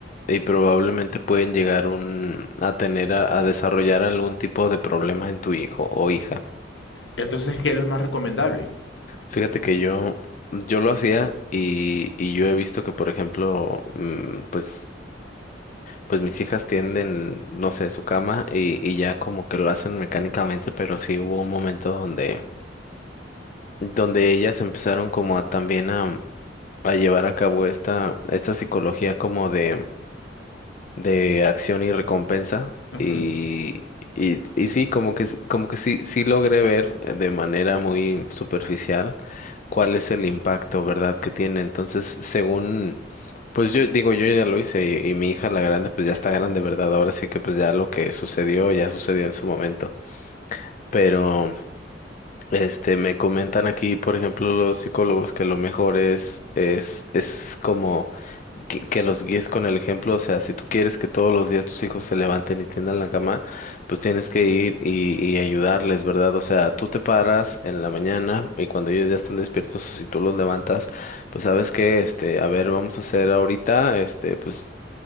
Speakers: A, on the left; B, on the left.
A: y probablemente pueden llegar un- a tener a, a desarrollar algún tipo de problemas en tu hijo o hija.
B: Entonces, ¿qué es lo más recomendable?
A: Fíjate que yo, yo lo hacía y, y yo he visto que, por ejemplo, mm, pues, pues mis hijas tienden, no sé, su cama y, y ya como que lo hacen mecánicamente, pero sí hubo un momento donde, donde ellas empezaron como a también a, a llevar a cabo esta, esta psicología como de de acción y recompensa
B: Ujú,
A: y, y, y sí, como que, s- como que sí, sí logré ver de manera muy superficial cuál es el impacto, ¿verdad? que tiene. Entonces, según, pues yo digo, yo ya lo hice y, y mi hija la grande, pues ya está grande, ¿verdad? Ahora sí que pues ya lo que sucedió, ya sucedió en su momento. Pero, este, me comentan aquí, por ejemplo, los psicólogos que lo mejor es, es, es como que, que los guíes con el ejemplo, o sea, si tú quieres que todos los días tus hijos se levanten y tiendan la cama, pues tienes que ir y, y ayudarles, ¿verdad? O sea, tú te paras en la mañana y cuando ellos ya están despiertos, o si tú los levantas, pues sabes que, este, a ver, vamos a hacer ahorita, este, pues